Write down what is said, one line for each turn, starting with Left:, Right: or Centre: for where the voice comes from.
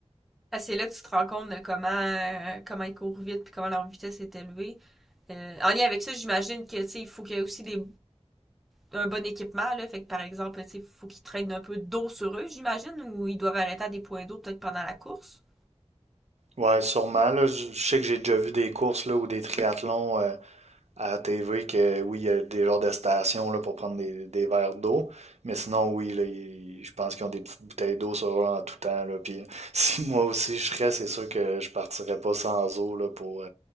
Centre: Ah, c'est là que tu te rends compte de comment euh, comment ils courent vite puis comment leur vitesse est élevée. Euh, en lien avec ça, j'imagine que tu sais, il faut qu'il y ait aussi des un bon équipement là, fait que par exemple, tu sais, il faut qu'ils traînent un peu d'eau sur eux, j'imagine, ou ils doivent arrêter à des points d'eau peut-être pendant la course.
Right: Ouais, sûrement. Là, je je sais que j'ai déjà vu des courses là, ou des triathlons. euh, à la TV que oui, il y a des genres de stations là, pour prendre des, des verres d'eau. Mais sinon, oui, là, ils- je pense qu'ils ont des petites bouteilles d'eau sur eux en tout temps. Là. Puis, <laughs> si moi aussi je serais, c'est sûr que je partirais pas sans eau là, pour